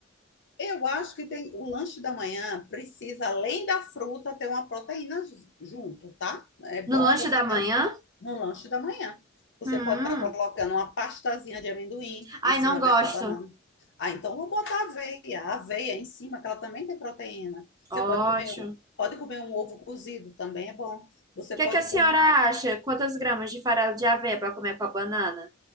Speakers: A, on the left; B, on the right.
A: Eu acho que tem o lanche da manhã precisa, além da fruta, ter uma proteína ju- junto, tá? É bom
B: No lanche
A: você
B: da
A: ter
B: manhã?
A: no lanche da manhã. Você
B: Hum,
A: pode estar colocando uma pastazinha de amendoim
B: ai,
A: em cima
B: não gosto.
A: dessa banana. Ah, então eu vou botar aveia, a aveia em cima, que ela também tem proteína.
B: Ótimo.
A: Você pode comer, um- pode comer um ovo cozido, também é bom. Você
B: O que
A: pode
B: é que a
A: comer
B: senhora acha? Quantas gramas de farelo de aveia para comer com a banana?